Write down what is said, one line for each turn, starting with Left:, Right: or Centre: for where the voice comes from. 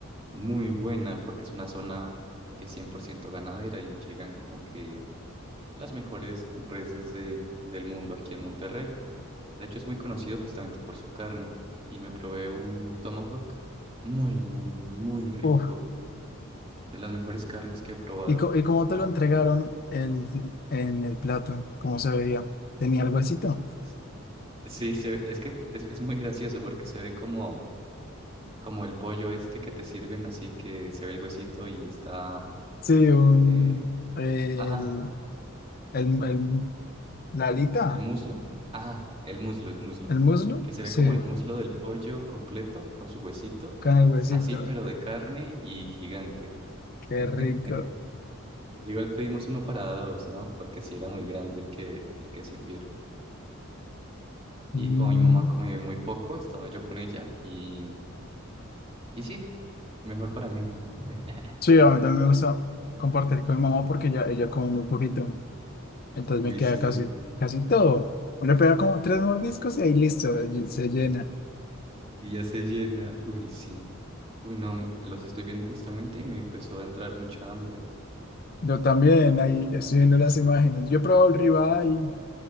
Right: muy buena porque es una zona que es 100% ganadera y llegan como que las mejores reses de, del mundo aquí en Monterrey. De hecho, es muy conocido justamente por su carne. Y me probé un tomahawk muy, muy, muy rico.
Left: Ok.
Right: De las mejores carnes que he probado.
Left: ¿Y, co- y cómo te lo entregaron el, en el plato? ¿Cómo se veía? ¿Tenía algo así? ¿no?
Right: Es- sí, se- es que es, es muy gracioso porque se ve como, como el pollo este que te sirven, así que se ve el huesito y está...
Left: Sí, un,
Right: eh,
Left: el,
Right: ajá,
Left: el, el- la alita,
Right: el muslo. Ajá, el muslo, el muslo.
Left: el muslo,
Right: Que se
Left: sí,
Right: ve como el muslo del pollo completo con su huesito.
Left: con el huesito.
Right: Así, pero de carne y gigante.
Left: Qué
Right: <laughs>
Left: rico.
Right: Igual pedimos uno para dos, ¿no? Porque sí era muy grande el que, el que sirvieron.
Left: Mm.
Right: Y como mi mamá come muy poco, estaba yo con ella y, y sí, mejor para mí. <laughs>
Left: Sí, a mí también me gusta compartir con mi mamá porque ella, ella come muy poquito. Entonces
Right: Uy,
Left: me queda
Right: sí.
Left: casi, casi todo. Uno le pega como tres mordiscos y ahí listo, y se llena.
Right: Y ya se llena. Uy, sí. Uy, no, me- los estoy viendo justamente y me empezó a entrar mucha hambre.
Left: Yo también
Right: Y
Left: ahí
Right: tengo
Left: estoy viendo las imágenes. Yo he probado el ribeye,